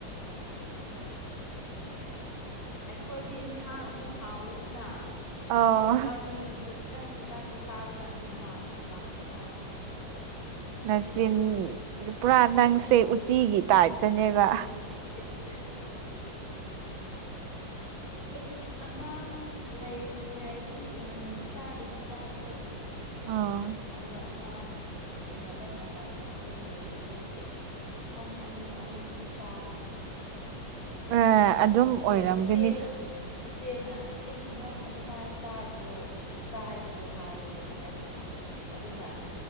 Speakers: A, on the left; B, on the right.
A: ꯑꯑꯥ ꯑꯩꯈꯣꯏꯗꯤ ꯏꯟꯁꯥꯡ ꯑꯃꯨꯛ ꯍꯥꯎꯋꯦꯗꯅ
B: ꯑꯣ
A: ꯑꯗꯣ ꯆꯥꯅꯤꯡꯉꯁꯨ ꯈꯤ ꯈꯤꯇꯥꯡ ꯈꯤꯇꯥꯡꯗꯨ ꯆꯥꯔꯒ ꯅꯨꯡꯗꯥꯡ ꯅꯨꯡꯗꯥꯡꯗ ꯆꯥꯕꯅꯦ
B: ꯅꯆꯤꯟ ꯄꯨꯔꯥ ꯅꯪꯁꯦ ꯎꯆꯤꯒꯤ ꯇꯥꯏꯞꯇꯅꯦꯕ
A: INAUDIBLE ꯏꯁ ꯑꯉꯥꯡ ꯂꯩꯇ꯭ꯔꯤꯉꯩꯗꯤ ꯌꯥꯝꯅꯗꯤ ꯆꯥꯗꯦꯗ ꯆꯥꯛꯇꯣ
B: ꯑꯣꯑꯣ
A: ꯑꯗꯨꯒ ꯑꯉꯥꯡ ꯎꯟꯅꯕ ꯃꯇꯝ ꯑꯗꯨ ꯍꯦꯜꯂꯗꯤ ꯏꯁ ꯄꯨꯈꯝ ꯑꯅꯤ- ꯑꯍꯨꯝ ꯆꯥꯕꯅꯤ
B: ꯑꯥ ꯑꯗꯨꯝ
A: ꯑꯗꯣ
B: ꯑꯣꯏꯔꯝꯒꯅꯤ
A: ꯏꯆꯦꯅ ꯏꯆꯦꯅ ꯏꯁ ꯅꯪ ꯑꯗꯨꯃꯥꯏꯅ ꯆꯥꯔꯤꯗꯣ ꯏꯀꯥꯏꯗ꯭ꯔꯣ ꯍꯥꯏꯌꯦ ꯑꯩꯕꯨ ꯑꯗꯨꯅ